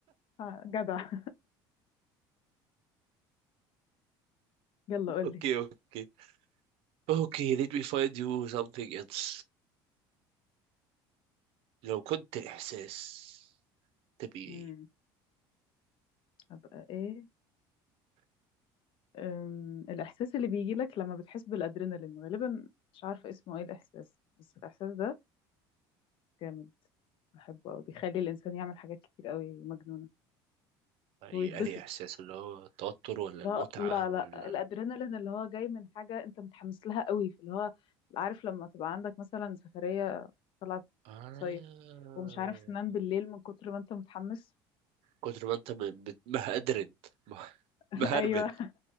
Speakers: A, on the left (about 55°); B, on the right (about 65°).
A: <laughs> آه، جدع يلا قولي
B: اوكي اوكي اوكي let me find you something else لو كنت احساس تبي
A: امم
B: ايه
A: ابقى ايه أم... الاحساس اللي بيجي لك لما بتحس بالادرينالين غالبا مش عارفه اسمه ايه الاحساس بس الاحساس ده جامد بحبه قوي بيخلي الانسان يعمل حاجات كتير قوي مجنونه
B: يعني
A: ويتبسط
B: انهي احساس اللي هو التوتر ولا
A: لا
B: المتعة
A: لا لا
B: ولا
A: الادرينالين
B: ال...
A: اللي هو جاي من حاجه انت متحمس لها قوي في اللي هو عارف لما تبقى عندك مثلا سفريه طلعت
B: آه.
A: صيف ومش عارف تنام بالليل من كتر ما انت متحمس
B: كتر ما انت م- بت- مهدرن <laughs> مه- مهربن
A: <laughs> ايوه